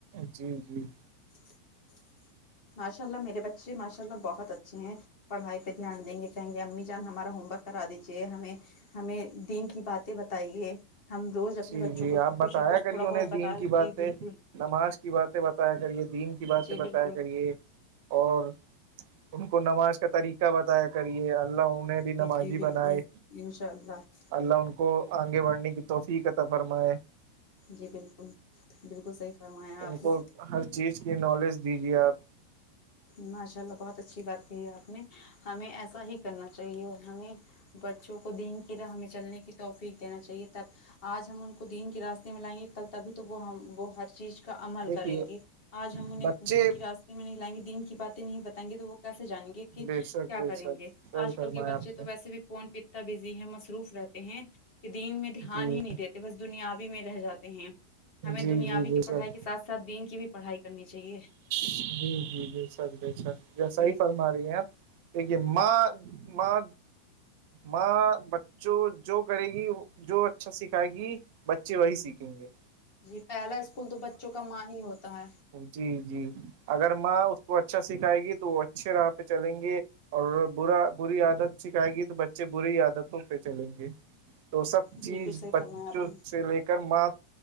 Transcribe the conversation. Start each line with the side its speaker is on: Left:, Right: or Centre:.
Right: جی جی
Left: <inaudible> ماشاء اللہ میرے بچے ماشاء اللہ بہت اچھے ہیں پڑھائی پہ دھیان دیں گے کہیں گے امی جان ہمارا ہوم ورک کرا دیجیے ہمیں ہمیں دین کی باتیں بتائیے ہم روز اپنے
Right: جی
Left: بچوں
Right: جی
Left: کو
Right: آپ بتایا
Left: کچھ نہ کچھ
Right: کریے
Left: تھوڑا
Right: انہیں
Left: بہت بتا
Right: دین کی
Left: جی
Right: باتیں
Left: بالکل
Right: نماز کی باتیں بتایا کریے دین کی باتیں
Left: جی
Right: بتایا
Left: بالکل
Right: کریے اور ان کو نماز کا طریقہ بتایا کرے اللہ انہیں بھی
Left: جی
Right: نمازی
Left: جی بالکل
Right: بنائے
Left: انشاء اللہ
Right: اللہ ان کو آگے بڑھنے کی توفیق عطا فرمائے
Left: جی بالکل بالکل صحیح فرمایا
Right: ان
Left: آپ
Right: کو
Left: نے
Right: ہر چیز کی نالج دیجیے آپ
Left: ماشاء اللہ بہت اچھی بات کہ ہے آپ نے ہمیں ایسا ہی کرنا چاہیے اور ہمیں بچوں کو دین کی راہ میں چلنے کی توفیق دینا چاہیے تب آج ہم ان کو دین کے راستے میں لائیں گے کل تبھی تو وہ ہم وہ ہر چیز کا عمل
Right: دیکھیے
Left: کریں گی آج ہم انہیں
Right: بچے
Left: دن کی راستے میں نہیں لائیں گے دین کی باتیں نہیں بتائیں گے تو وہ کیسے جانیں گے کہ
Right: بے
Left: کیا
Right: شک بے
Left: کریں
Right: شک
Left: گے
Right: صحیح
Left: آج
Right: فرمایا
Left: کل کے بچے
Right: آپ
Left: تو
Right: نے
Left: ویسے بھی فون پتتا بزی ہے مصروف رہتے ہیں کہ دین میں دھیان
Right: جی
Left: ہی نہیں دیتے بس دنیابی میں رہ جاتے ہیں ہمیں
Right: جی
Left: دنیابی
Right: جی بے
Left: کے پڑھائی
Right: شک
Left: کے ساتھ ساتھ دن کی بھی پڑھائی کرنی چاہیے
Right: جی جی جے بے شک بے شک صحیح
Left: جی
Right: ہی فرما رہی ہیں اپ دیکھیے ماں ماں ماں بچوں جو کرے گی جو اچھا سکھائے گی بچے وہی سیکھیں گے
Left: جی پہلا اسکول تو بچوں کا ماں ہی ہوتا ہے
Right: جی جی اگر ماں اس کو اچھا سکھائے گی تو اچھے راہ پہ چلیں گے اور برا بری عادت شکھائے گی تو بچے بری عادتوں پہ چلیں گے تو سب چیز
Left: بالکل صحیح
Right: بچوں
Left: فرمایا آپ نے
Right: سے لے کر مات